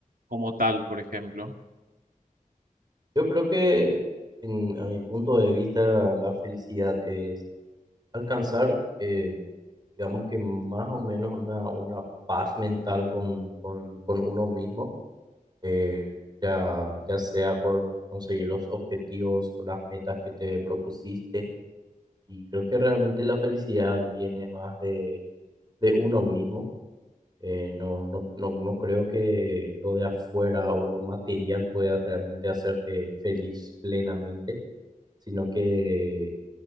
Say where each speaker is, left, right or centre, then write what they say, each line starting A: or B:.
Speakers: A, on the right; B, on the right.
A: como tal, por ejemplo?
B: Yo creo que en- a mi punto de vista la felicidad es alcanzar, eh, digamos que más o menos una, una paz mental con, con, con uno mismo, eh, ya, ya sea por conseguir los objetivos o las metas que te propusiste Y creo que realmente la felicidad viene más de, de uno mismo. Eh, no, no, no, no creo que lo de afuera o lo material pueda realmente hacerte feliz plenamente, sino que